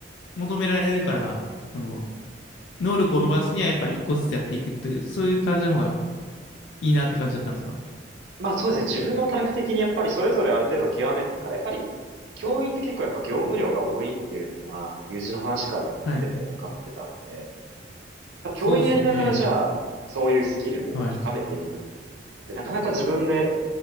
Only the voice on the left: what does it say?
求められるから、その、能力を伸ばすにはやっぱ一個ずつやっていくっていう、そういう感じの方がいいなって感じだったんですか
はい。
そうっすよね。
はい。